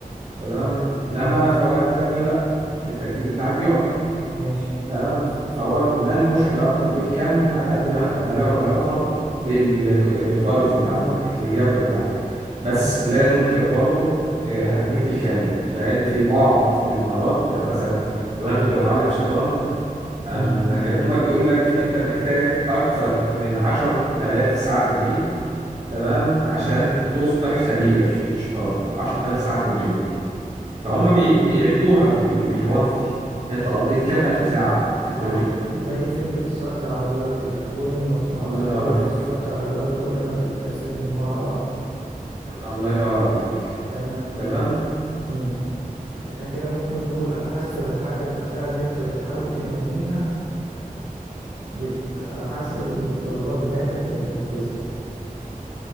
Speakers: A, on the right; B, on the right.
A: تمام إنما
B: حلو
A: في أوقات تانية لأ التركيز بتاعك بيقع
B: ماشي
A: تمام فهو ملهوش علاقة بالكم على قد ما ما له علاقة بال... بالكواليتي
B: جود
A: بتاعتك
B: كواليتي
A: بالجودة بتاعتك بس
B: حلو
A: لا ننكر برضو آه، أهمية الكم لأن في بعض المهارات يعني مثلا لما أنا كنت بتعلم شطرنج أما
B: امم
A: كان هما بيقول لك أنت محتاج أكتر من عشر تلاف ساعة تدريب تمام عشان تصبح خبير في الشطرنج عشر تلاف ساعة تدريب فهم بي... بيعدوها بال... بالكوانتيتي أنت قضيت كام ألف ساعة في التدريب
B: اه زي فكرة سواقة العربيات كده كل ما تقعد
A: الله
B: تطول
A: ينور عليك
B: في سواقة العربيات كل ما تكتسب من مهارة أكتر
A: مم. الله ينور عليك
B: تمام
A: تمام
B: مم. احنا كده ممكن نقول على حسب الحاجة نفسها اللي انت بتحاول تنميها بت... على حسب المتطلبات بتاعتها انت بتنفذها